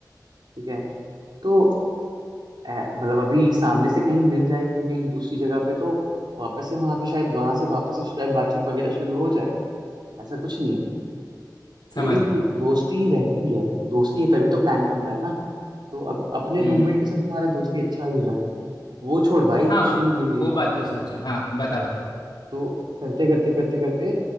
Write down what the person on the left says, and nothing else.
समझ
रहा
हूँ
हम्म
हम्म
हाँ
वो
वो
बात तो सच है हाँ बता बता